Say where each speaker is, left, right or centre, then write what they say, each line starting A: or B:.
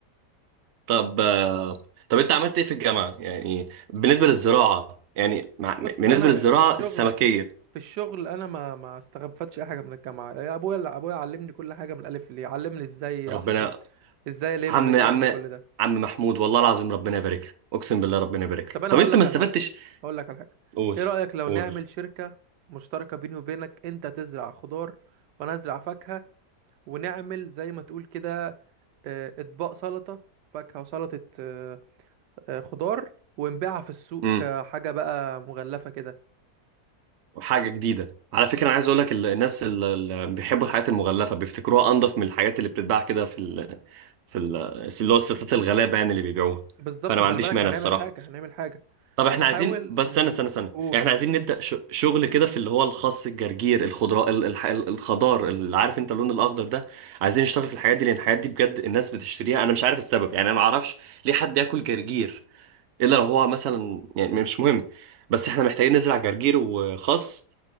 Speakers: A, on the right; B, on the right.
A: طب آه، طب انت عملت ايه في الجامعة يعني بالنسبة للزراعة يعني مع-
B: بص
A: بالنسبة
B: انا
A: للزراعة
B: في الشغل
A: السمكية
B: في الشغل انا ما ما استغفتش اي حاجه من الجامعه يا ابويا ابويا علمني كل حاجه من الالف للياء علمني ازاي
A: ربنا
B: احصد ازاي الم
A: عم
B: ازاي
A: عم
B: اعمل كل ده
A: عم محمود والله العظيم ربنا يبارك لك اقسم بالله ربنا يبارك لك
B: طب انا
A: طب
B: هقول
A: انت
B: لك
A: ما استفدتش
B: على حاجه هقول لك على حاجه
A: قول
B: ايه رايك لو
A: قول
B: نعمل شركه مشتركه بيني وبينك انت تزرع خضار وانا ازرع فاكهه ونعمل زي ما تقول كده آه، اطباق سلطه فاكهه وسلطه آه، آه، خضار ونبيعها في السوق
A: امم
B: كحاجه بقى مغلفه كده
A: وحاجه جديده على فكره انا عايز اقول لك ال- الناس اللي بيحبوا الحاجات المغلفه بيفتكروها انضف من الحاجات اللي بتتباع كده في ال... في ال... اللي هو الستات الغلابه يعني اللي بيبيعوها
B: بالظبط
A: فانا ما
B: خلي
A: عنديش
B: بالك
A: مانع
B: هنعمل
A: الصراحه
B: حاجه هنعمل حاجه
A: طب احنا
B: هنحاول
A: عايزين بس استنى استنى استنى
B: نقول
A: يعني احنا عايزين نبدأ ش- شغل كده في اللي هو الخس الجرجير الخضراء ال- الح- ال- الخضار اللي عارف انت اللون الاخضر ده عايزين نشتغل في الحاجات دي لان الحاجات دي بجد الناس بتشتريها انا مش عارف السبب يعني انا ما اعرفش ليه حد ياكل جرجير الا لو هو مثلا يعني مش مهم بس احنا محتاجين نزرع جرجير وخس